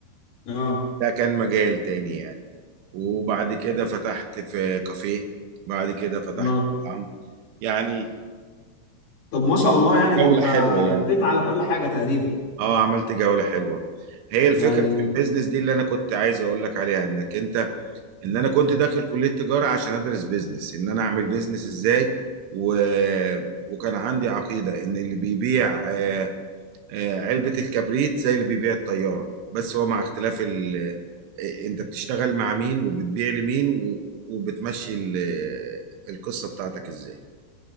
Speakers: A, on the left (about 55°); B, on the right (about 80°).
A: اه
B: ده كان مجال تاني يعني وبعد كده فتحت في كافيه بعد كده فتحت
A: اه
B: مطعم يعني
A: طب ما شاء
B: عملت
A: الله يعني
B: جولة
A: ده انت
B: حلوة يعني
A: لفيت على كل حاجة تقريبا
B: اه عملت جولة حلوة هي الفكرة
A: يعني
B: في البيزنس دي اللي انا كنت عايز اقول لك عليها انك انت ان انا كنت داخل كلية تجارة عشان ادرس بيزنس ان انا اعمل بيزنس ازاي و... وكان عندي عقيدة ان اللي بيبيع آه، آه، علبة الكبريت زي اللي بيبيع الطيارة بس هو مع اختلاف ال... آه، انت بتشتغل مع مين وبتبيع لمين و... وبتمشي ال... آه، القصة بتاعتك ازاي